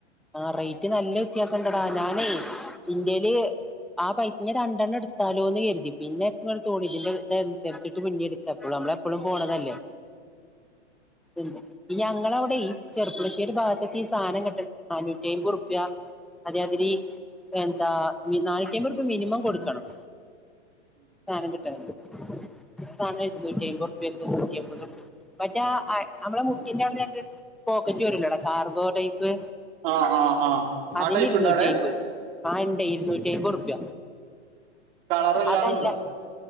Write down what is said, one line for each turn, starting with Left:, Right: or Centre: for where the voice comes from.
Centre: ആ റേറ്റ് നല്ല വ്യത്യാസംണ്ടടാ ഞാനേ ഇന്റെല് ആ പൈസ് നിരണ്ടെണ്ണം എടുത്താലോ എന്ന് കരുതി പിന്നെക്ക്ങ്ങട്തോന്നി ഇതിന്റെത് അനുസരിച്ചിട്ട് പിന്നീട്ക്കാപ്പളും നമ്മള എപ്പളും പോണതല്ലേ ഉം ഞങ്ങളവിടെ ഈ ചെറപ്പളശ്ശേരി ഭാഗത്തക്ക് ഈ സാധനം കിട്ട നാനൂറ്റി അമ്പത് റുപ്യ അതെ അതിലി എന്താ നാനൂറ്റി അമ്പത്‌ മിനിമം കൊടു ക്കണം സാധനം കിട്ടാനിട്ട് സധം ഇരുന്നൂറ്റി അയിമ്പത് ഉറുപ്പേക്കും തൊണ്ണൂറ്റിഅയിമ്പത് ഉറുപ്പേക്കും മറ്റേ ആ നമ്മളെ മുക്കിന്റെ അവിടെണ്ട് പോക്കറ്റ് വരില്ലടാ കാർഗോ ടൈപ്പ്
Right: ആ ആ ആ ആ
Centre: അതിന്
Right: ടൈപ്പ്
Centre: ഇരുന്നൂറ്റി
Right: ഉണ്ടോ അവിടെ
Centre: ഐമ്പ് ആഹ് ഇണ്ടേ ഇരുന്നൂറ്റി അയിമ്പത് ഉറുപ്യ
Right: കളർ എല്ലാം
Centre: അതല്ല
Right: ഉണ്ടോ